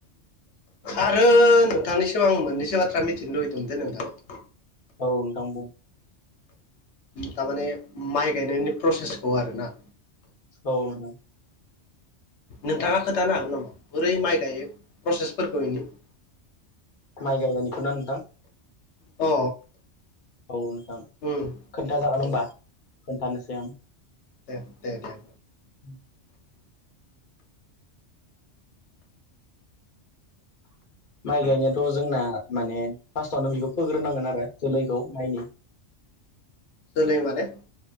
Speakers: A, on the left; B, on the left.
A: आरो नोंथांनिसिम आं मोननैसो बाथ्रा मिथिनो लुबैदोंमोन दे नोंथां
B: औ नोंथां बुं।
A: थारमाने माइ गायनायनि प्रसेसखौ आरो ना।
B: औ नोंथां।
A: नोंथाङा खोथानो हागोन नामा बोरै माइ गायो प्रसेसफोरखौ इनि ।
B: माइ गायनायनिखौ ना नोंथां?
A: अ।
B: औ‌‌ नोंथां।
A: उम।
B: खोन्थाजागोन होमबा
A: उम
B: खोन्थानोसै आं।
A: दे दे दे।
B: <inaudible> माइ गायनायाथ' जोंना माने फार्स्टावनो बेखौ फोग्रोनांगोन आरो जोलैखौ माइनि
A: जोलै माने